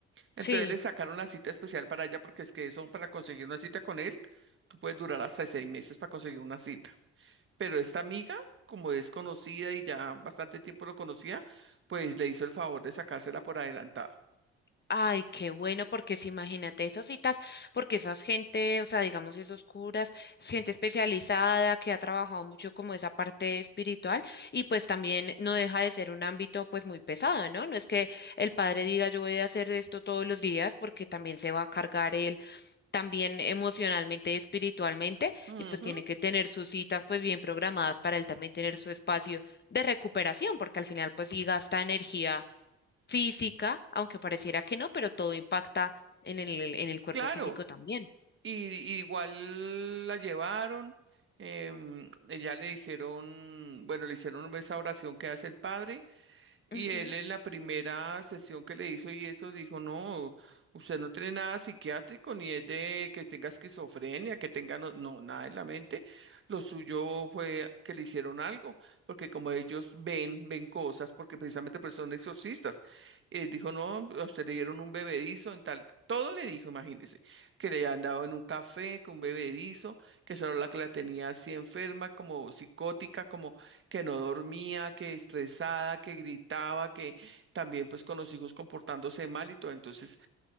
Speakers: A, on the right; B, on the left.
A: Entonces
B: Sí.
A: le sacaron la cita especial para ella porque es que eso para conseguir una cita con él, tú puedes durar hasta seis meses para conseguir una cita. Pero esta amiga, como es conocida y ya bastante tiempo lo conocía, pues le hizo el favor de sacársela por adelantado.
B: Ay, qué bueno, porque si imagínate esas citas, porque esas gente, o sea, digamos esos curas, es gente especializada que ha trabajado mucho como esa parte espiritual y pues también no deja de ser un ámbito pues muy pesado, ¿no? No es que el padre diga yo voy a hacer esto todos los días porque también se va a cargar él también emocionalmente y espiritualmente,
A: Ujú,
B: y pues tiene que tener sus citas pues bien programadas para él también tener su espacio de recuperación, porque al final pues sí gasta energía física, aunque pareciera que no, pero todo impacta en el, en el cuerpo
A: claro.
B: físico también.
A: Y, y igual la llevaron, em, ella le hicieron, bueno, le hicieron esa oración que hace el padre Y
B: Ujú,
A: él en la primera sesión que le hizo y eso dijo, no, usted no tiene nada psiquiátrico, ni es de que tenga esquizofrenia, que tenga, no, no, nada en la mente. Lo suyo fue que le hicieron algo, porque como ellos ven, ven cosas, porque precisamente pues son exorcistas. Eh, dijo, no, a usted le dieron un bebedizo en tal, todo le dijo, imagínese, que le habían dado en un café con un bebedizo, que esa era la que la tenía así enferma, como psicótica, como que no dormía, que estresada, que gritaba, que también pues con los hijos comportándose mal y todo. Entonces